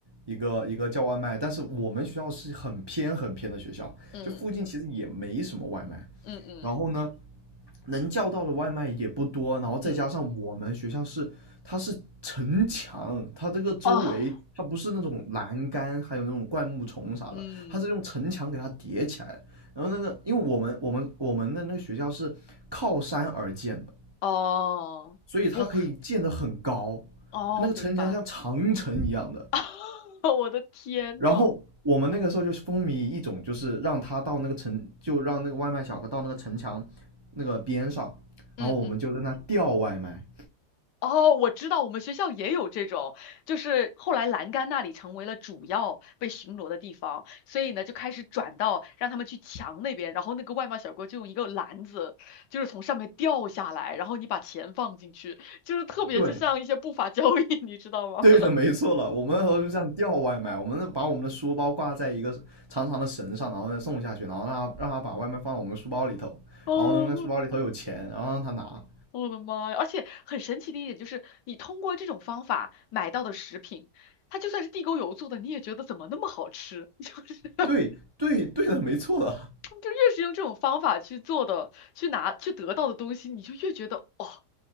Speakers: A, on the right; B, on the left.
A: 一个一个叫外卖，但是我们学校是很偏很偏的学校，
B: 嗯
A: 就附近其实也没什么外卖，
B: 嗯嗯
A: 然后呢，能叫到的外卖也不多，然后再加上我们学校是它是城墙，
B: 嗯，
A: 它这个周围它不是那种栏杆，
B: 哦，
A: 还有那种灌木丛啥的，
B: 嗯
A: 它是用城墙给它叠起来的，然后那个因为我们我们我们的那个学校是靠山而建的。
B: 哦，
A: 所以它可以建得很高，
B: 不，哦，
A: 它那个城墙像长城一样的。
B: 明白了，<laughs> 我的天呐，
A: 然后我们那个时候就风靡一种，就是让他到那个城，就让那个外卖小哥到那个城墙那个边上，
B: 嗯嗯。
A: 然后我们就在那吊外卖。
B: 哦，我知道，我们学校也有这种，就是后来栏杆那里成为了主要被巡逻的地方，所以呢就开始转到让他们去墙那边，然后那个外卖小哥就用一个篮子，就是从上面掉下来，然后你把钱放进去，就是特别就像一些不法交易，
A: 对，
B: <laughs> 你知道吗？
A: 对的，
B: <laughs>
A: 没错了。我们那时候就这样吊外卖，我们是把我们的书包挂在一个长长的绳上，然后再送下去，然后让他让他把外卖放到我们的书包里头，
B: 哦，
A: 然后呢那书包里头有钱，
B: 我的妈，
A: 然后让他拿。
B: 我的妈呀！而且很神奇的一点就是，你通过这种方法买到的食品，它就算是地沟油做的，你也觉得怎么那么好吃，<laughs> 就是。
A: 对对对的，没错的。
B: 就越是用这种方法去做的，去拿去得到的东西，你就越觉得哇、